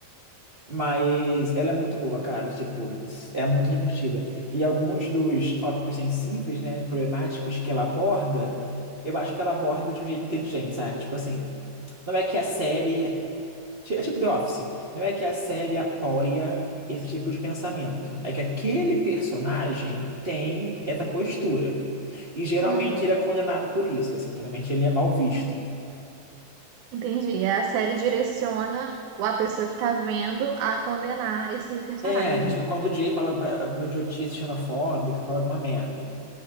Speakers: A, on the right; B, on the right.
A: Mas ela é muito boa, cara, tipo, é muito divertida. E alguns dos tópicos sensíveis, né, problemáticos que ela aborda, eu acho que ela aborda de um jeito inteligente, sabe? Tipo assim, não é que a série Ti- É tipo The Office. Não é que a série apoia esse tipo de pensamento. É que aquele personagem tem essa postura. E geralmente
B: Uhum.
A: ele é condenado por isso. Assim, geralmente ele é mal visto.
B: Entendi. É, A série direciona a pessoa que tá vendo a condenar esse personagem.
A: É, então, tipo, quando o Jay fala alguma, alguma idiotice xenofóbica, fala alguma merda.